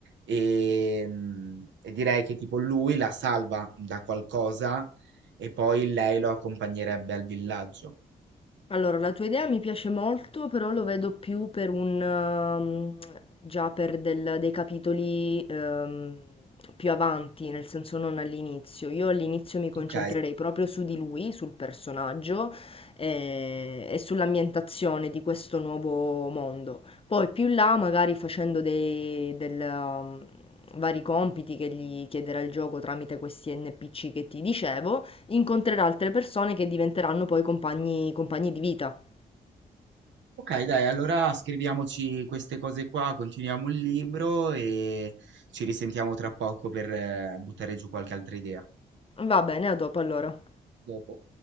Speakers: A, on the right (about 70°); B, on the left (about 30°).
A: Ehm, e direi che tipo lui la salva da qualcosa e poi lei lo accompagnerebbe al villaggio.
B: Allora, la tua idea mi piace molto, però lo vedo più per un, ehm, già per del- dei capitoli, ehm, più avanti, nel senso non all'inizio. Io all'inizio mi concentrerei
A: Ok?
B: proprio su di lui, sul personaggio, eh, e sull'ambientazione di questo nuovo mondo. Poi più in là, magari facendo dei, del, ehm, vari compiti che gli chiederà il gioco tramite questi NPC che ti dicevo. Incontrerà altre persone che diventeranno poi compagni compagni di vita.
A: Ok, dai, allora scriviamoci queste cose qua, continuiamo il libro e ci risentiamo tra poco per eh, buttare giù qualche altra idea.
B: Va bene, a dopo allora.
A: Dopo.